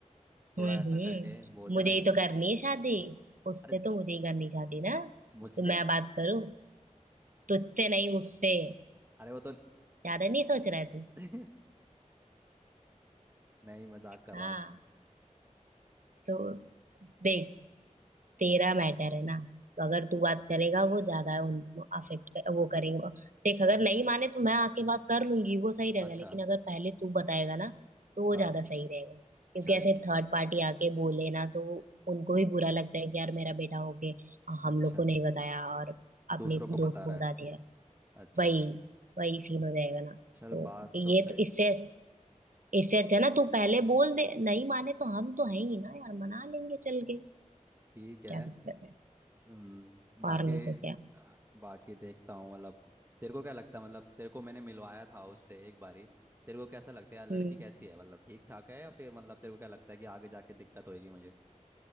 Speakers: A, on the right (about 20°); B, on the right (about 90°).
A: थोड़ा
B: हम्म
A: ऐसा
B: हम्म।
A: करके बोल देना
B: मुझे ही
A: एक
B: तो
A: बार
B: करनी है शादी उससे
A: अरे
B: तो मुझे ही करनी शादी ना
A: मुझसे
B: तो मैं बात करूँ तुझसे नहीं उससे
A: अरे वो तो
B: ज्यादा नहीं सोच रहा है तू
A: <laughs> नहीं मजाक कर
B: हाँ
A: रहा हूँ
B: तो देख तेरा मैटर है ना तो अगर तू बात करेगा वो ज्यादा उन अफेक्ट वो करेगा देख अगर नहीं माने तो मैं आके बात कर लूंगी वो सही रहेगा
A: अच्छा
B: लेकिन अगर पहले तू बताएगा ना तो वो
A: हाँ
B: ज्यादा सही रहेगा क्योंकि
A: चल
B: ऐसे थर्ड पार्टी आके बोले ना तो उनको भी बुरा लगता है कि यार मेरा बेटा होके
A: अच्छा
B: हम लोग को नहीं बताया और अपने
A: दूसरों को
B: दोस्त
A: बता
B: को
A: रहा
B: बता
A: है
B: दिया
A: अच्छा
B: वही वही सीन हो जाएगा ना
A: चल
B: तो
A: बात
B: ये
A: तो सही
B: तो इससे इससे अच्छा ना तू पहले बोल दे नहीं माने तो हम तो है ही ना यार मना लेंगे चल के
A: ठीक
B: क्या
A: है
B: दिक्कत है
A: हम्म, बाकी
B: और नहीं तो क्या
A: आह, बाकी देखता हूँ मतलब तेरे को क्या लगता है मतलब तेरे को मैंने मिलवाया था उससे एक बारी तेरे को कैसा लगता है यार लड़की
B: हम्म
A: कैसी है मतलब ठीक ठाक है या फिर मतलब तेरे को क्या लगता है कि आगे जाके दिक्कत होगी मुझे